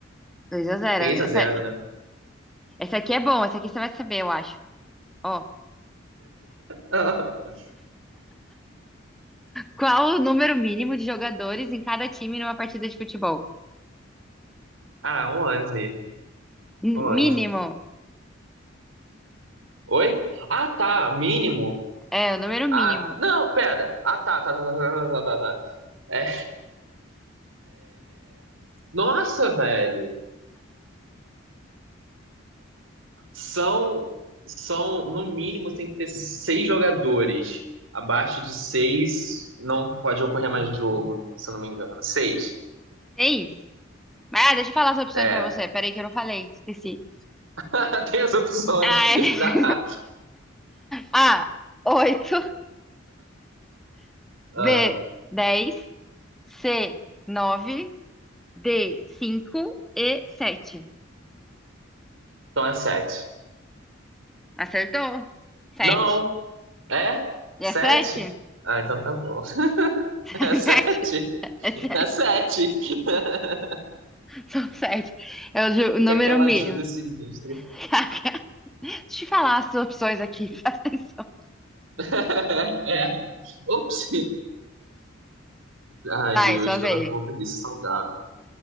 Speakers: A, in the centre; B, on the right.
A: 2 a 0.
B: 3 a zero
A: Essa,
B: né?
A: essa aqui é bom, essa aqui você vai saber, eu acho. Ó,
B: <laughs>
A: qual o número mínimo de jogadores em cada time numa partida de futebol?
B: Ah, onze
A: N-
B: onze
A: Mínimo.
B: Oi? Ah, tá. Mínimo.
A: É, o número
B: Ah,
A: mínimo.
B: não, pera. Ah, tá, tá, tá, tá, tá, tá, tá, tá. É. Nossa, velho. São, são, no mínimo, tem que ter seis jogadores. Abaixo de seis, não pode ocorrer mais jogo, se eu não me engano. Seis.
A: Seis. Mas ah, deixa eu falar as opções
B: É.
A: pra você. Peraí que eu não falei, esqueci.
B: <laughs> Tem as opções.
A: <laughs>
B: Tá.
A: A, oito
B: Ah,
A: B, dez C, nove D, cinco e sete
B: então é sete.
A: Acertou? sete
B: Não, é? Sete?
A: É sete
B: Ah, então tá bom. <laughs>
A: <laughs>
B: É sete?
A: É sete É sete
B: É sete. <laughs>
A: São sete É o, o número
B: Com aquela
A: mínimo.
B: ajuda sinistra.
A: <laughs> Caraca. Deixa eu falar as opções aqui, <laughs> presta atenção.
B: <laughs> É. Ops. Ai,
A: Vai,
B: Deus,
A: sua vez.
B: tô vendo que eu vou perder esse salgado.